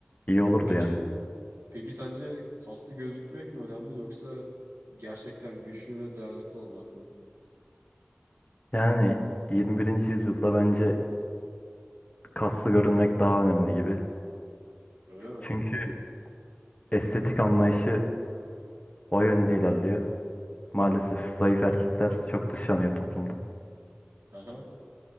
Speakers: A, on the left; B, on the right.
A: İyi olurdu
B: Peki,
A: yani.
B: peki sence kaslı gözükmek mi önemli yoksa gerçekten güçlü ve dayanıklı olmak mı?
A: Yani 21. yüzyılda bence kaslı görünmek daha önemli gibi.
B: Öyle mi?
A: Çünkü estetik anlayışı o yönde ilerliyor. Maalesef zayıf erkekler çok dışlanıyor toplumda.
B: Aha.